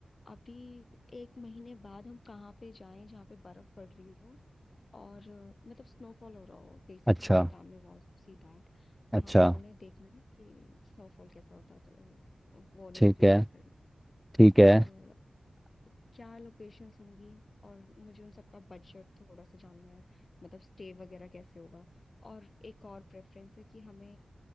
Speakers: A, on the left; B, in the centre.
A: अभी एक महीने बाद हम कहाँ पे जाएं जहाँ पे बर्फ पड़ रही हो और अ, मतलब स्नोफॉल हो रहा हो Basically
B: अच्छा
A: my family wants to see that
B: अच्छा
A: हाँ तो उन्हें देखना है कि स्नोफॉल कैसा होता है तो अ, वो उन्हें
B: ठीक
A: एक्सपीरियंस
B: है
A: करना है।
B: ठीक है
A: और क्या लोकेशंस होंगी और मुझे उन सबका बजट थोड़ा सा जानना है मतलब स्टे वगैरह कैसे होगा और एक और प्रेफरेंस है कि हमें